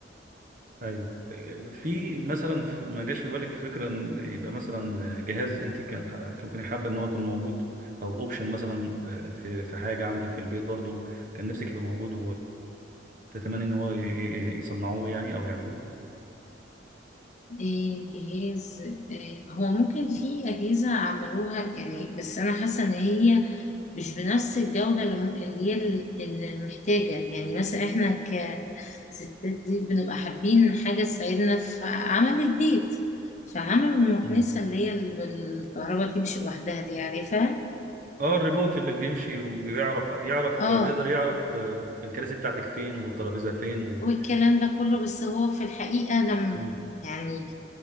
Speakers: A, on the right (about 45°); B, on the left (about 40°).
A: ايوه آه، في مثلا في- ما جاش في بالك فكرة ان يبقى مثلا جهاز انت كان ح- ممكن حابة ان هو يكون موجود او اوبشن مثلا آه، في في حاجة عندك في البيت برضو كان نفسك يبقى موجود وتتمنى ان هو ي- ي- يصنعوه يعني او يعملوه
B: إيه جهاز إيه هو ممكن في أجهزة عملوها يعني بس أنا حاسة إن هي مش بنفس الجودة اللي م- اللي هي ال- اللي محتاجة يعني مثلا احنا كستات دي بنبقى حابين حاجة تساعدنا في عمل البيت فعمل المكنسة
A: مم.
B: اللي هي ال- بالكهرباء تمشي لوحدها دي عارفها
A: اه الريبوت اللي بيمشي ويعرف يعرف
B: اه
A: بيقدر يعرف آه، الكراسي بتاعتك فين والترابيزة فين و...
B: والكلام ده كله بس هو في الحقيقة لما
A: مم.
B: يعني